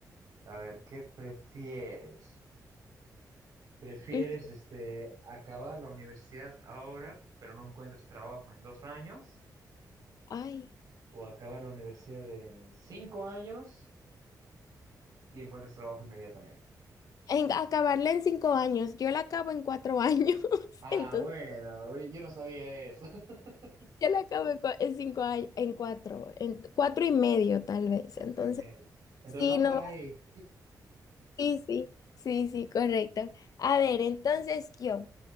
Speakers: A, on the right (about 60°); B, on the left (about 60°).
A: a ver, ¿qué prefieres? ¿Prefieres
B: Mm,
A: este acabar la universidad ahora, pero no encuentras trabajo en dos años?
B: Ay,
A: O acabas la universidad en cinco años y encuentras trabajo inmediatamente.
B: en- acabarla en cinco años. Yo la acabo en cuatro años. <laughs>
A: Ah,
B: Entonces,
A: bueno, uy, yo no sabía eso. <laughs>
B: yo la acabo en, cua- en cinco años, en cuatro, en cuatro y medio tal vez.
A: Cuatro
B: Entonces,
A: y medio. Entonces
B: sí,
A: va
B: no.
A: por ahí.
B: Sí, sí, sí, sí, correcto. A ver, entonces yo,